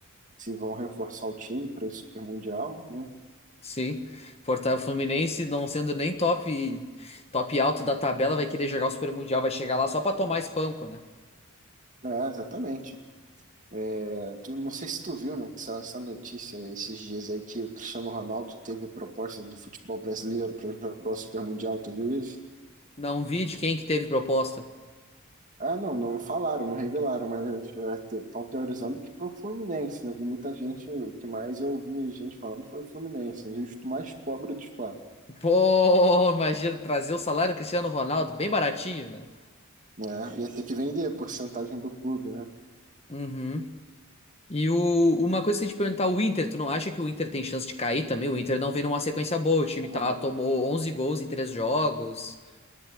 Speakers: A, on the right; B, on the left.
A: se vão reforçar o time para esse Super Mundial, né?
B: Sim. Fortaleza Fluminense não sendo nem top top alto da tabela, vai querer jogar o Super Mundial, vai chegar lá só pra tomar espanco, né?
A: É, exatamente. É, tu, não sei se tu viu, né, que essa, essa notícia esses dias aí que o Cristiano Ronaldo teve proposta do futebol brasileiro para jogar o Super Mundial, tu viu isso?
B: Não vi de quem que teve proposta.
A: Ah, não, não falaram, não revelaram, mas estão teorizando que foi o Fluminense, né? Vi muita gente, o que mais eu vi gente falando foi o Fluminense, né? Justo o mais pobre dos quatro.
B: Pô, <laughs> imagina trazer o salário do Cristiano Ronaldo bem baratinho, né?
A: né? Ia ter que vender a porcentagem do clube, né?
B: Uhum. E o, uma coisa que eu ia te perguntar, o Inter, tu não acha que o Inter tem chance de cair também? O Inter não vem numa sequência boa, o time
A: Claro,
B: tá, tomou 11 gols em 3 jogos.